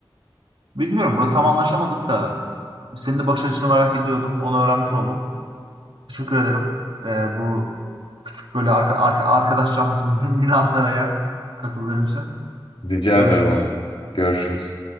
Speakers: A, on the right; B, on the left.
A: bilmiyorum. Burada tam anlaşamadık da Senin de bakış açını merak ediyordum. Onu öğrenmiş oldum. Teşekkür ederim. Ee, bu böyle arka, arka- arkadaş canlısı <laughs> münazaraya katıldığın için.
B: Rica
A: Görüşürüz.
B: ederim abi. Görüşürüz.